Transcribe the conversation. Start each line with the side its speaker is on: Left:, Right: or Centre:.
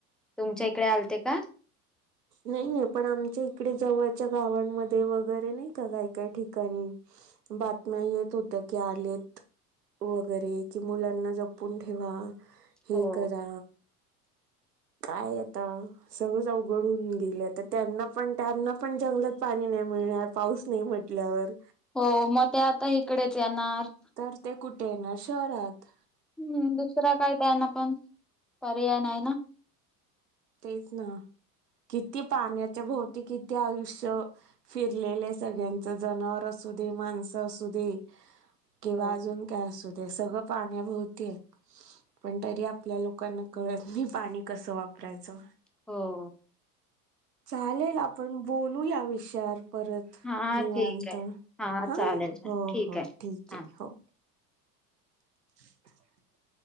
Centre: तुमच्या इकडे आलते का? <inaudible>
Right: नाहीये पण आमच्या इकडे जवळच्या गावांमध्ये वगैरे नाही का काय काय ठिकाणी बातम्या येत होत्या की आलेत. वगैरे की मुलांना जपून ठेवा. हे
Centre: हो.
Right: करा. काय आता सगळच अवघड होऊन गेलय त त्यांना पण त्यांना पण जंगलात पाणी नाय मिळणार पाऊस नाही म्हट टल्यावर
Centre: हो म ते आता हीकडेच येणार.
Right: तर ते कुठे येणार शहरात.
Centre: हम्म दुसरा काय त्याना पण पर्याय नाही ना.
Right: तेच ना किती पाण्याच्या भोवती किती आयुष्य फिरलेले सगळ्यांच जनावर असू दे माणसं असू दे. किंवा
Centre: हो
Right: अजून काय असत. ते सगळं पाण्याभोवती हाय. पण तरी आपल्या लोकांना कळत नाही पाणी कसं वापरा वापरायचं.
Centre: हो.
Right: चालेल आपण बोलू या विषयावर परत.
Centre: हां
Right: निवांत
Centre: ठीक आहे.
Right: हा.
Centre: हां चालेल
Right: हो,
Centre: ठीक
Right: हो
Centre: आहे.
Right: ठीक
Centre: हां.
Right: आहे हो. <inaudible>